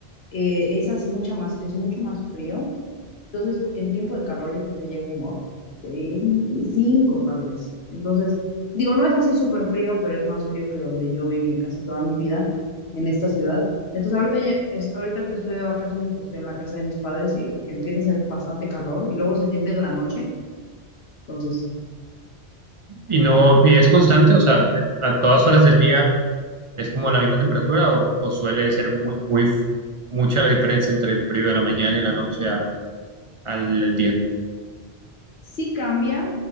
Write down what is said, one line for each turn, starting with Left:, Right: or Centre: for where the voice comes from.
Left: eh, esa es mucha más, es mucho más frío. Entonces, en tiempo de calor yo creo que llega como a 25 tal vez. Entonces, digo, no es así súper frío, pero es más frío que donde yo viví casi toda mi vida en esta ciudad. Entonces, ahorita ya, es- ahorita que estoy de vacaciones, pues estoy en la casa de mis padres y empieza a hacer bastante calor y luego se siente en la noche. Entonces,
Right: ¿Y no, y es constante? O sea, eh, a todas horas del día es como la misma temperatura o, o suele ser muy, muy, mucha la diferencia entre el periodo de la mañana y la noche a- al el día.
Left: Sí cambia,